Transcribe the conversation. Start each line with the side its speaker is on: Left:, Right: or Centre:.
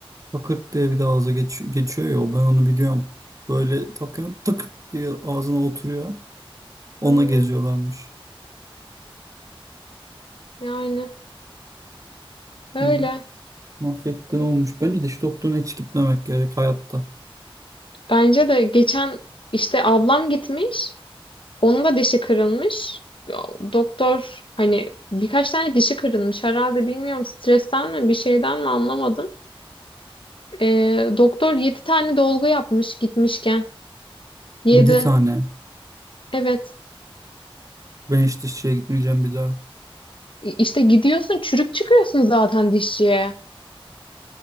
Right: Takırt diye bir de ağza geç- geçiyor ya o ben onu biliyorum. Böyle takıyor tık diye ağzına oturuyor. Ona
Left: Aynen
Right: geziyorlarmış.
Left: yani öyle.
Right: Bilmiyorum. Mahvetten olmuş. Bence diş doktoruna hiç gitmemek gerek hayatta.
Left: Bence de geçen işte ablam gitmiş. Onun da dişi kırılmış. Doktor hani birkaç tane dişi kırılmış herhalde bilmiyorum stresten mi bir şeyden mi anlamadım. Ee, doktor 7 tane dolgu yapmış gitmişken. yedi.
Right: 7 tane.
Left: Evet.
Right: Ben hiç dişçiye gitmeyeceğim bir daha.
Left: İ- İşte gidiyorsun çürük çıkıyorsun zaten dişçiye.